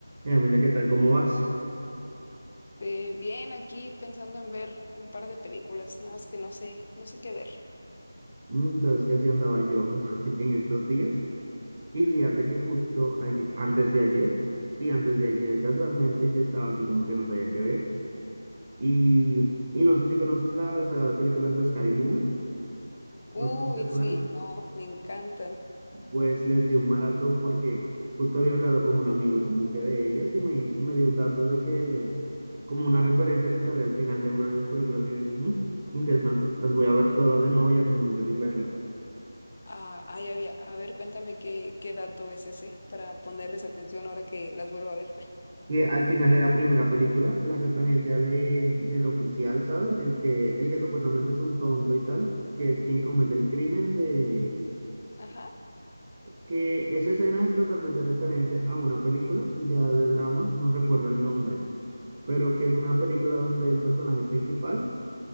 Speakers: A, on the right (about 35°); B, on the left (about 40°).
A: Eh, Emilia, ¿qué tal? ¿Cómo vas?
B: Este, bien, aquí pensando en ver un par de películas, nada más que no sé, no sé qué ver.
A: Mm, Entonces, que así andaba yo <laughs> en estos días. Y fíjate que justo aye- antes de ayer, sí, antes de ayer, casualmente yo estaba así como que no sabía qué ver. Y, y no sé si conoces la, la saga de películas de Scary Movie,
B: Uy,
A: no sé si te suenan.
B: sí, no, me encantan.
A: Pues les di un maratón porque justo había hablado con un amigo como que de ellas y me, me dio un dato de que, como una referencia que sale al final de una de las películas. Y yo dije, "Mm, interesante, las voy a ver todas de nuevo, ya tengo muchas sin verlas.
B: Ah, ay, había, a ver, cuéntame qué, qué dato es ese para ponerles atención ahora que las vuelvo a ver. <laughs>
A: Que al final de la primera película, la referencia de, del oficial, ¿sabes? El que, el que supuestamente es un tonto y tal, que es quien comete el crimen de...
B: Ajá.
A: Que esa escena es totalmente referencia a una película, ya de drama, no recuerdo el nombre, pero que es una película donde el personaje principal